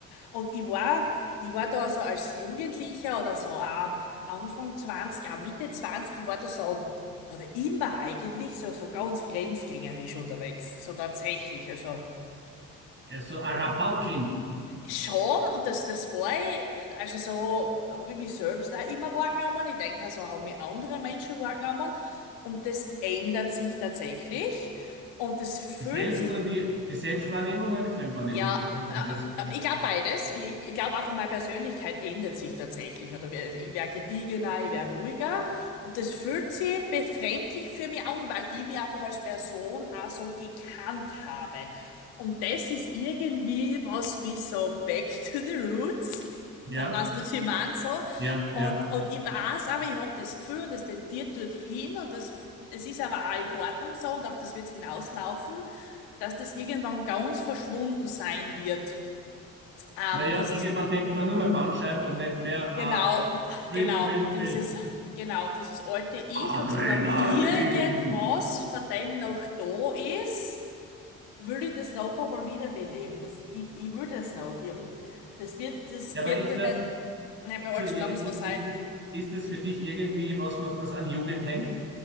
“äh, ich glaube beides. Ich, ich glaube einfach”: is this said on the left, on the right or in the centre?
Left